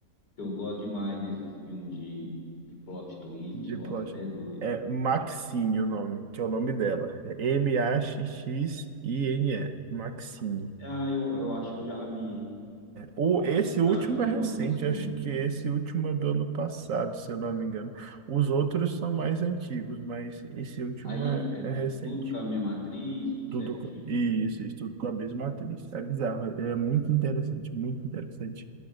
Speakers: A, on the left; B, on the right.
A: eu gosto demais desses filmes de, de plot twist.
B: de
A: Nossa,
B: plástico.
A: até é doido.
B: É Maxine o nome, que é o nome dela. É M-A-X-X-I-N-E. Maxine.
A: Ah, eu, eu acho que eu já vi.
B: O,
A: Eu
B: esse
A: acho que eu
B: último
A: já vi
B: é
A: o
B: recente,
A: nome desse filme.
B: acho que esse último é do ano passado, se eu não me engano. Os outros são mais antigos, mas esse último
A: Aí
B: é,
A: é
B: é recente.
A: tudo com a mesma atriz, tudo
B: Tudo,
A: certinho.
B: co- isso, isso, tudo com a mesma atriz. É bizarro, é é muito interessante, muito interessante.